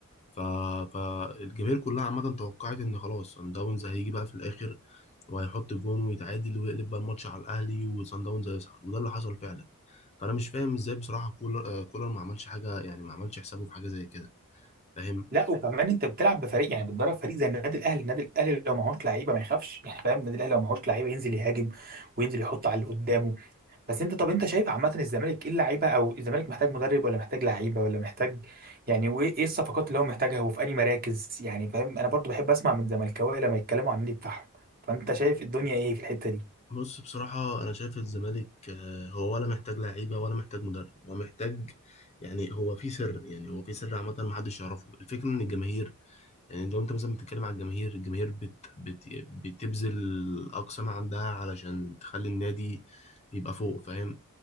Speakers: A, on the left; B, on the right.
A: ف... فالجماهير كلها عامة توقعت إن خلاص سان داونز هيجي بقى في الآخر وهيحط جون ويتعادل ويقلب بقى الماتش على الأهلي وسان داونز هيصعد وده اللي حصل فعلا فأنا مش فاهم إزاي بصراحة كولر آه، كولر ما عملش حاجة يعني ما عملش حسابه في حاجة زي كده فاهم
B: لا وكمان انت بتلعب بفريق يعني بتدرب فريق زي النادي الاهلي النادي الاهلي لو معهوش لعيبه ما يخافش يعني فاهم النادي الاهلي لو معهوش لعيبه ينزل يهاجم وينزل يحط على اللي قدامه بس انت طب انت شايف عامه الزمالك ايه اللعيبه او الزمالك محتاج مدرب ولا محتاج لعيبه ولا محتاج يعني وايه ايه الصفقات اللي هو محتاجها وفي انهي مراكز يعني فاهم انا برضو بحب اسمع من زملكاويه لما يتكلموا عن النادي بتاعهم فانت شايف الدنيا ايه في الحته دي
A: بص بصراحة أنا شايف الزمالك آه، هو ولا محتاج لعيبة ولا محتاج مدرب هو محتاج يعني هو في سر يعني هو في سر عامة محدش يعرفه الفكرة إن الجماهير يعني لو انت مثلا بتتكلم على الجماهير الجماهير بت بت بتبذل اقصى ما عندها علشان تخلي النادي يبقى فوق فاهم